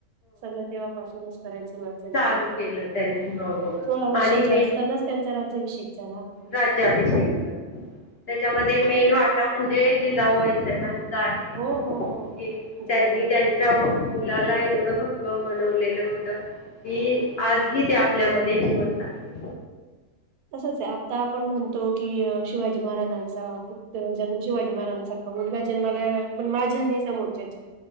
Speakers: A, on the right; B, on the left.
A: सगळ तेव्हापासूनच. करायला सुरुवात झाली,
B: चालू केलं त्यांनी हो हो
A: सोळा वर्षाच्या
B: आणि मे
A: असतानाच त्यांचा राज्याभिषेक झाला.
B: राज्याभिषेक झाला, त्याच्यामध्ये मेन वाटा म्हणजे जिजाऊबाईसाहेबांचा चा आहे
A: हो हो हो जिजामाता
B: त्यांनी त्यां मुलाला एवढं भक्कम बनवलेलं होतं. हि आजही ते आपल्यामध्ये जिवंत आहे.
A: तसंच आहे आता आपण म्हणतो की, शिवाजी महाराजांचा जन्म शिवाजी महाराजांचा. मुलगा जन्माला पण माझ्या आणि समोरच्याच्या